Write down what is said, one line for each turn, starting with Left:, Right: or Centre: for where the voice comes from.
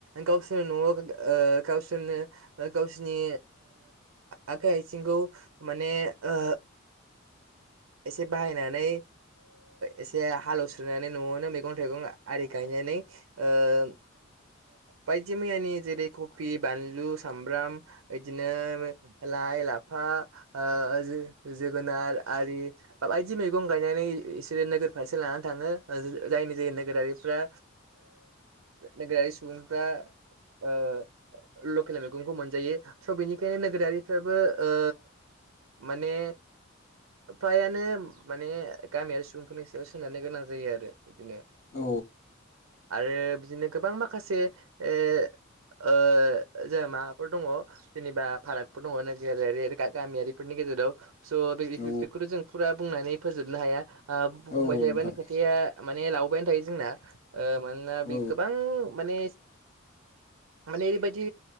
Right: गावसोरनो न'आव ओ गावसोरनो गावसोरनि आखाइ आथिंखौ माने ओ एसे बाहायनानै एसे हालेवस्रानानै न'आवनो मैगं थाइगं आरि गायनानै ओम बायदि मैयानि जेरै कपि बानलु सामब्राम बिदिनो लाइ लाफा ओ जोगोनार बाय दि मैगं गायनानै बिसोरो नोगोर फारसे लानानै थाङो जायनि जोहै नोगोरारिफ्रा नोगोरारि सुबुंफ्रा ओ लकेल मैगंखौ मोनजायो स' बेनिखायनो नोगोरारि फोराबो ओ माने फ्रायानो माने गामियारि सुबुंफोरनि सायाव सोनारनो गोनां जायो आरो बिदिनो
Left: औ
Right: आरो बिदिनो गोबां माखासे ए ओ जोंहा माबाफोर दङ जेनेबा फारागफोर दङ नोगोर गामियारिफोरनि गे गेजेराव
Left: औ
Right: बेखौथ' जों फुरा बुंनानै फोजोबनो हाया आ बुंबाय
Left: औ
Right: थायोबानो
Left: नोंथां
Right: खोथाया माने लावबायानो थायो जोंना मानोना
Left: औ
Right: बे गोबां माने माने ओरैबायदि